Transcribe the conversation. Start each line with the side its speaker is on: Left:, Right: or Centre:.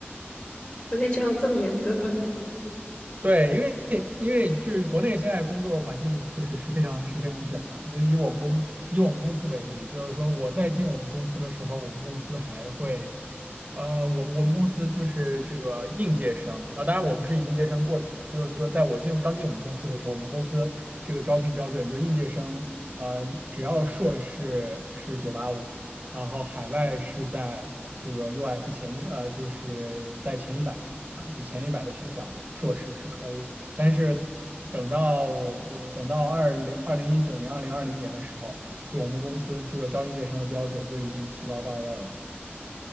Left: 国内职场这么严格。
Right: 对，因为因为就是国内现在工作环境就是是非常是非常卷的，就是以我们公以我们公司为例，就是说我在进我们公司的时候，我们公司还会，呃，我们我们公司就是这个应届生啊，当然我不是以应届生过去的，就是说在我进刚进我们公司的时候，我们公司这个招聘标准就是应届生，呃，只要硕士是九八五，然后海外是在这个 US 前一呃就是在前一百。啊，就前一百的学校硕士是可以，但是等到我等到二零二零一九年、二零二零年的时候，就我们公司这个招应届生的标准就已经提高到了。